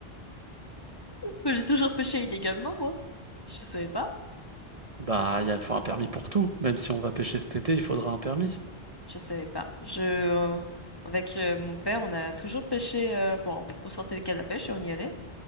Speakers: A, on the left; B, on the right.
A: Moi, J'ai toujours pêché illégalement, moi. Je savais pas.
B: Bah, il faut un permis pour tout. Même si on va pêcher cet été, il faudra un permis.
A: Je savais pas. Je, euh, avec euh, mon père, on a toujours pêché. euh, bon, on sortait les cannes à pêche et on y allait.